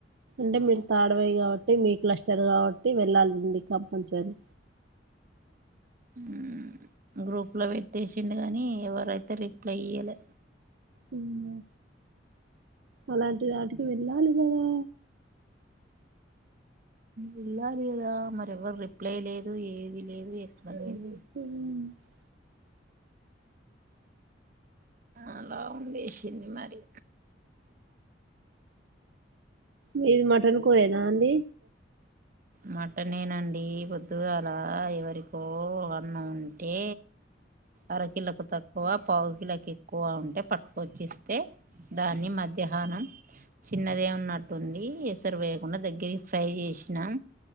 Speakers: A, on the right (about 70°); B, on the right (about 50°).
A: అంటే మీరు థర్డ్ వయ్ కాబట్టి మీ క్లస్టర్ కాబట్టి వెళ్ళాలి అండి కంపల్సరీ
B: హ్మ్ గ్రూప్లో పెట్టేసిండు కానీ ఎవరైతే రిప్లై ఇయ్యలే
A: హ్మ్ అలాంటి వాటికి వెళ్ళాలి కదా
B: వెళ్ళాలి కదా మరి ఎవ్వరు రిప్లై లేదు ఏది లేదు
A: మ్మ్
B: ఎక్కడ లేదు ఆ అలా ఉండేసింది మరి
A: మీది మటన్ కూరేనా అండి
B: మటనేనండి పొద్దుగాల ఎవరికో అన్న ఉంటే అరకిలోకు తక్కువ పావు కిలోకు ఎక్కువ ఉన్ అంటే పట్టుకొచ్చేస్తే దాన్ని మధ్యహానం చిన్నదే ఉన్నట్టుంది ఎసరు వేయకుండా దగ్గరికి ఫ్రై చేసి న